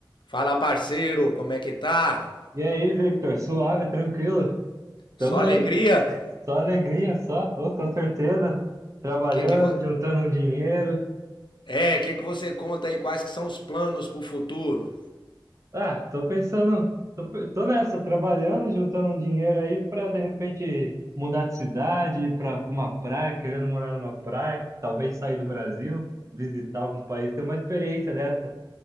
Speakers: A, on the left (about 70°); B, on the right (about 40°).
A: Fala, parceiro, como é que tá?
B: E aí, Victor? Suave, tranquilo? Tamo
A: Só
B: aí.
A: alegria?
B: Só alegria, só. Ô, com certeza. Trabalhando,
A: Que que vo...
B: juntando um dinheiro.
A: É, o que que você conta aí? Quais que são os planos pro futuro?
B: Ah, tô pensando. Tô, pe- tô nessa, trabalhando, juntando um dinheiro aí pra de repente mudar de cidade, ir pra, pra uma praia, querendo morar numa praia. Talvez sair do Brasil, visitar algum país, ter uma experiência dessa.